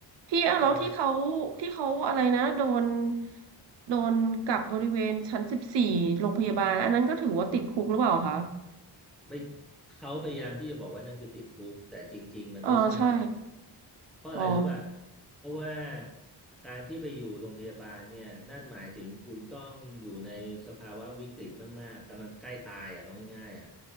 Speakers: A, on the right; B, in the centre.
A: ที่อ่ะแล้วที่เขา
B: ใช่
A: ที่เขาอะไรนะโดนโดนกักบริเวณชั้นสิบสี่โรงพยาบาลอันนั้นก็ถือว่าติดคุกหรือเปล่าคะ
B: ไม่เขาพยายามที่จะบอกว่านั่นคือติดคุกแต่จริงๆมันไม่ใช่
A: เออใช่
B: เพราะอะไรรู้ป่ะ
A: อ๋อ
B: เพราะว่าการที่ไปอยู่โรงพยาบาลเนี่ยนั่นหมายถึงคุณต้องอยู่ในสภาวะวิกฤตมากๆกำลังใกล้ตายอ่ะเอาง่ายๆอ่ะ